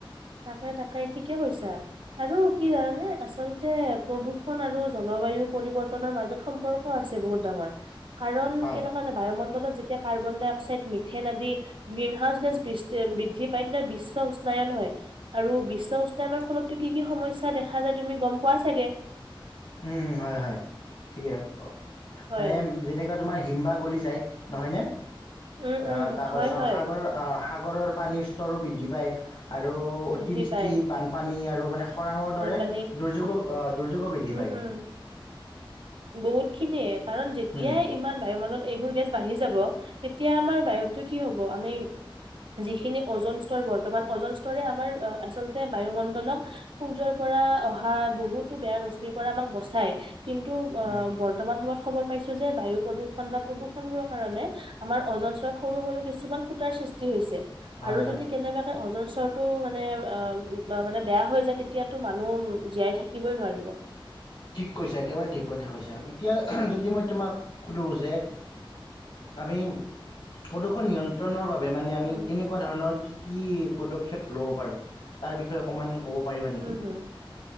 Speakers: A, on the right; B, on the left.
A: তাকে তাকে, ঠিকে কৈছা। আৰু কি জানানে, আচলতে প্ৰদূষণ আৰু জলবায়ু পৰিৱৰ্তনৰ মাজত সম্পৰ্ক আছে বহুত ডাঙৰ। কাৰণ
B: হয়,
A: কেনেকুৱানে বায়ুমণ্ডলত যে যেতিয়া কাৰ্বন ডাই অক্সাইড, মিথেন আদি গ্ৰীণ হাউচ গেছ বিচ বৃদ্ধি পায় তেতিয়া বিশ্ব উষ্নায়ন হয়। আৰু বিশ্ব উষ্নায়নৰ ফলতটো কি কি সমস্যা দেখা যায় তুমি গম পোৱা চাগে।
B: উম উম, হয় হয়। ঠিকে
A: হয়,
B: মানেএ যেনেকোৱাত তোমাৰ হিম্বা গলি যায় নহয় নে।
A: উম উম
B: আহ তাৰপাছত
A: হয় হয়
B: সাগৰৰ আহ সাগ সাগৰৰ পানীৰ স্তৰো বৃদ্ধি পায়। আৰু অতিবৃষ্টি
A: বৃদ্ধি পায়
B: বানপানী আৰু। মানে খৰাঙৰ
A: বানপানী
B: দৰে দুৰ্যোগ দুৰ্যোগ বৃদ্ধি
A: উম
B: পায়।
A: উম বহুত। খিনিয়ে কাৰণ যেতিয়াই
B: উম
A: ইমান বায়ু মণ্ডলত এইবোৰ গেছ বাঢ়ি যাব। এতিয়া আমাৰ বাহিৰটো কি হ'ব? আমি যিখিনি অজন স্তৰ বৰ্তমান অজন স্তৰে আমাৰ আচলতে বায়ুমণ্ডলক সূৰ্যৰ পৰা অহা বহুতো বেয়া ৰশ্মিৰ পৰা আমাক বস কিন্তু
B: উম
A: বৰ্তমান সময়ত খবৰ পাইছো যে বায়ু প্ৰদূষণ বা প্ৰদূষণবোৰৰ কাৰণে আমাৰ অজন স্তৰত সৰু সৰু কিছু কিছুমান খুটাৰ সৃষ্টি হৈছে।
B: হয়
A: আৰু
B: হয়
A: যদি কেনেবাকে অজন স্তৰটো মানে অ মানে বেয়া হৈ যায়। এতিয়াতো মানুহ জীয়াই থাকিবই নোৱাৰিব।
B: ঠিক কৈছা একেবাৰে ঠিক কথা কৈছা আৰু এতিয়া যদি এ মই তোমাক সোধোঁ যে আমি প্ৰদূষণ নিয়ন্ত্ৰণৰ বাবে মানে আমি
A: উম,
B: কেনেকুৱা ধৰণৰ কি? কি পদক্ষেপ ল'ব পাৰোঁ তাৰ বিষয়ে অকণমান ক'ব পাৰিবা নেকি
A: উম হম